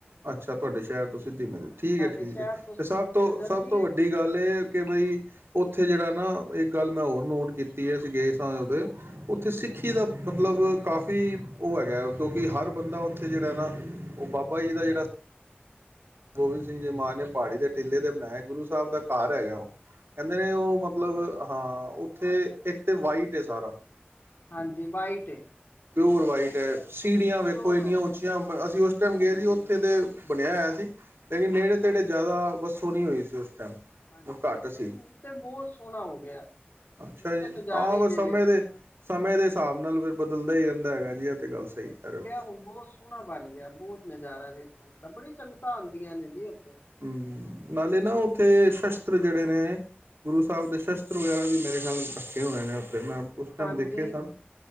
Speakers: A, on the right; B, on the left.
A: ਅੱਛਾ, ਤੁਹਾਡੇ ਸ਼ਹਿਰ ਤੋਂ ਸਿੱਧੀ ਮਿਲਦੀ
B: ਹਾਂਜੀ
A: ਠੀਕ
B: ਸਾਡੇ
A: ਹੈ ਠੀਕ
B: ਸ਼ਹਿਰ
A: ਹੈ
B: ਤੋਂ ਸਥਿਤੀ
A: ਤੇ ਸਭ ਤੋਂ
B: ਮਿਲ ਜਾਂਦੀ
A: ਸਭ ਤੋਂ
B: ਹੈ
A: ਵੱਡੀ। ਗੱਲ ਇਹ ਕਿ ਬਈ ਉੱਥੇ ਜਿਹੜਾ ਨਾ ਇੱਕ ਗੱਲ ਮੈਂ ਹੋਰ ਨੋਟ ਕੀਤੀ ਹੈ ਸੀਗੇਏ ਸ ਉਹਦੇ, ਉੱਥੇ ਸਿੱਖੀ
B: ਹਾਂਜੀ
A: ਦਾ ਮਤਲਬ ਕਾਫ਼ੀ ਉਹ ਹੈਗਾ ਕਿਉਂਕਿ ਹਰ ਬੰਦਾ ਉੱਥੇ ਜਿਹੜਾ ਨਾ ਉਹ ਬਾਬਾ ਜੀ ਦਾ ਜਿਹੜਾ। ਗੋਬਿੰਦ ਸਿੰਘ ਜੀ ਮਹਾਰਜ ਨੇ ਪਹਾੜੀ ਦੇ ਟਿੱਲੇ ਤੇ ਬਣਾਇਏ ਗੁਰੂ ਸਾਹਿਬ ਦਾ। ਘਰ
B: ਹਾਂਜੀ
A: ਹੈਗਾ ਉਹ ਕਹਿੰਦੇ ਨੇ ਉਹ ਮਤਲਬ ਹਾਂ ਉੱਥੇ ਇੱਕ ਤੇ ਵਾਈਟ ਸਾਰਾ।
B: ਹਾਂਜੀ ਵਾਈਟ
A: ਪਿਓਰ ਵਾਈਟ ਹੈ ਸੀੜੀਆਂ ਵੇਖੋ
B: ਪਿਓਰ
A: ਇੰਨੀਆਂ
B: ਵਾਈਟ
A: ਉੱਚੀਆਂ ਅਸੀਂ ਉਸ ਟਾਈਮ
B: ਹਾਂਜੀ
A: ਗਏ ਸੀ ਉੱਥੇ ਦੇ। ਬਣਿਆ ਹੋਇਆ ਸੀ ਲੇਕਿਨ ਨੇੜੇ ਤੇੜੇ ਜ਼ਿਆਦਾ ਵੱਸੋਂ ਨਹੀਂ ਹੋਈ ਸੀ ਉਸ ਟਾਈਮ
B: ਹਾਂਜੀ,
A: ਘੱਟ ਸੀ
B: ਨਹੀਂ ਹੁਣ ਤੇ ਬਹੁਤ ਸੋਹਣਾ ਹੋ ਗਿਆ।
A: ਅੱਛਾ
B: ਹੁਣ
A: ਜੀ,
B: ਤੇ ਨਜ਼ਾਰੇ
A: ਆਹ
B: ਜੇ
A: ਸਮੇ
B: ਵੇਖਣ
A: ਦੇ
B: ਵਾਲੇ
A: ਸਮੇਂ ਦੇ ਹਿਸਾਬ ਨਾਲ ਫ ਚੱਲਦਾ ਹੀ ਰਹਿੰਦਾ ਹੈਗਾ ਜੀ ਇਹ ਤੇ ਗੱਲ ਸਹੀ ਕਰ ਰਹੇ
B: ਉਹ ਸੋਣਾ ਬਣ ਗਿਆ ਬਹੁਤ ਨਜ਼ਾਰਾ ਵੇਖਣ ਵਾਲਾ ਬੜੀ ਸੰਗਤਾਂ ਆਉਂਦੀਆਂ ਨੇ ਜੀ ਉੱਥੇ।
A: ਹੂੰ, ਨਾਲੇ ਨਾ ਉੱਥੇ ਸ਼ਸਤਰ ਜਿਹੜੇ ਨੇ ਗੁਰੂ ਸਾਹਿਬ ਦੇ ਸ਼ਸਤਰ ਵਗੈਰਾ ਵੀ ਮੇਰੇ ਖਿਆਲ ਰੱਖੇ ਹੋਣੇ ਨੇ ਉੱਥ ਤੇ ਮੈ ਉਸ ਟਾਈਮ
B: ਹਾਂਜੀ
A: ਦੇਖੇ ਸਨ,